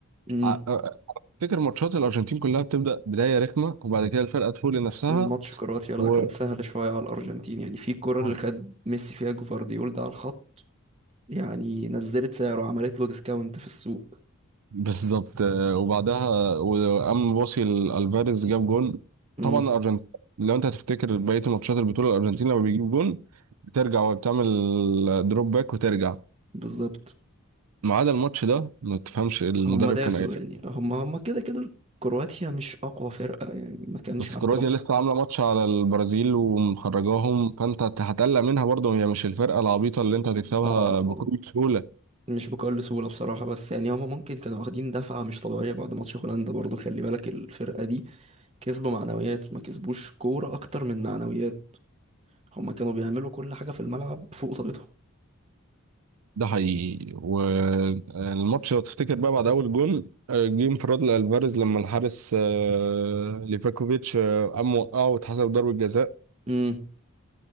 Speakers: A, on the right; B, on the right.
A: قوي
B: ع- آه، افتكر ماتشات الارجنتين كلها بتبدا بدايه رخمه وبعد كده الفرقه تفوق لنفسها
A: ماتش كرواتيا لا
B: و
A: كان سهل شوية على الأرجنتين يعني في الكرة اللي
B: آه.
A: خد ميسي فيها جفارديول ده على الخط يعني نزلت سعره عملت له ديسكاونت في السوق
B: بالظبط آه، وبعدها وقام باصي لالفاريز جاب جون
A: امم
B: طبعا الارجنتين لو انت هتفتكر بقيه ماتشات البطوله الارجنتين لما بيجيب جون بترجع وبتعمل دروب باك وترجع
A: بالظبط
B: ما عدا الماتش ده ما تفهمش المدرب
A: هم داسوا
B: كان قايل
A: يعني
B: إيه.
A: هم هم كده كده كرواتيا مش أقوى فرقة يعني ما كانش
B: بس
A: عندهم
B: كرواتيا
A: حد
B: لسه عامله ماتش على البرازيل ومخرجاهم فانت هتقلق منها برضه هي مش الفرقه العبيطه اللي انت هتكسبها
A: اه
B: بكل
A: آه.
B: سهوله
A: مش بكل سهولة بصراحة بس يعني هم ممكن كانوا واخدين دفعة مش طبيعية بعد ماتش هولندا برضو خلي بالك الفرقة دي كسبوا معنويات ما كسبوش كورة أكتر من معنويات هم كانوا بيعملوا كل حاجة في الملعب فوق طاقتهم
B: ده حقيقي والماتش لو تفتكر بقى بعد اول جون آه، جه انفراد لالفاريز لما الحارس آه، ليفاكوفيتش آه، قام وقعه واتحسب ضربة جزاء
A: امم